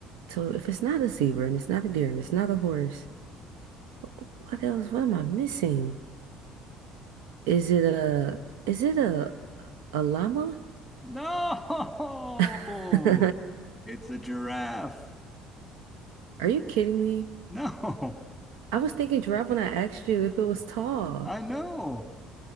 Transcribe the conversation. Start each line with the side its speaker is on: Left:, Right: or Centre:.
Right: so if it's not a zebra and it's not a deer and it's not a horse, wh- what else? What am I missing? Is it a is it a a llama?
Centre: No,
Right: <laughs>
Centre: it's a giraffe.
Right: Are you kidding me?
Centre: No,
Right: I was thinking giraffe when I asked you if it was tall.
Centre: I know.